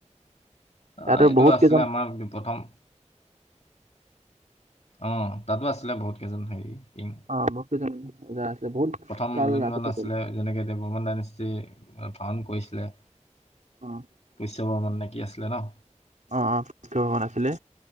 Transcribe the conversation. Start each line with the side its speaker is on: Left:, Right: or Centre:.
Right: ইয়াতো
Left: অঁ এইটো
Right: বহুত
Left: আছিলে
Right: কেইজন
Left: আমাৰ প্ৰথম অঁ তাতো আছিলে বহুত কেইজন হেৰি কিং।
Right: অঁ বহুত কেইজন ৰজা আছিলে বহুত
Left: প্ৰথম
Right: কাল
Left: যোনজন
Right: ৰাজত্ব
Left: আছিলে যেনেকে এতিয়া বৰ্মন ডাইনেষ্টি ফাউণ্ড কৰিছিলে
Right: অ
Left: পুষ্য বৰ্মন নে কি আছিলে ন?
Right: অঁ অঁ পুষ্য বৰ্মন আছিলে।